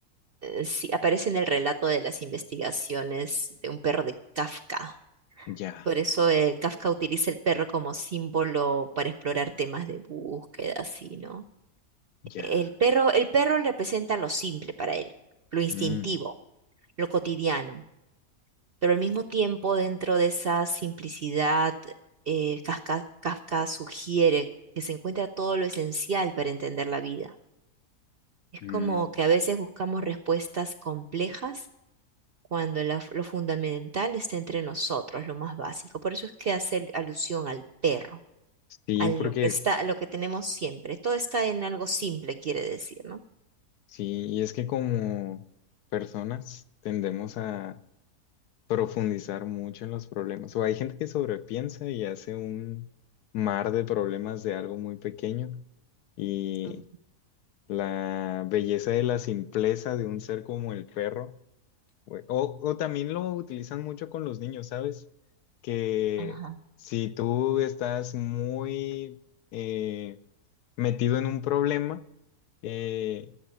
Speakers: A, on the right (about 60°); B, on the left (about 80°).
A: eh, sí, aparece en el relato de las investigaciones de un perro de Kafka.
B: Ya,
A: Por eso eh, Kafka utiliza el perro como símbolo para explorar temas de búsqueda, así, ¿no?
B: ya.
A: El perro, el perro representa lo simple para él, lo instintivo,
B: Mm,
A: lo cotidiano. pero al mismo tiempo dentro de esa simplicidad, eh, Kafka, Kafka sugiere que se encuentra todo lo esencial para entender la vida. Es
B: mm.
A: como que a veces buscamos respuestas complejas cuando la- lo fundamental está entre nosotros, lo más básico. Por eso es que hace alusión al perro,
B: Sí,
A: a lo
B: porque
A: que está, a lo que tenemos siempre. Todo está en algo simple, quiere decir, ¿no?
B: sí, y es que como personas tendemos a profundizar mucho en los problemas. O hay gente que sobrepiensa y hace un mar de problemas de algo muy pequeño. Y
A: Mm.
B: la belleza de la simpleza de un ser como el perro. we- O, o también lo utilizan mucho con los niños, ¿sabes? Que
A: Ajá,
B: si tú estás muy... eh, metido en un problema eh,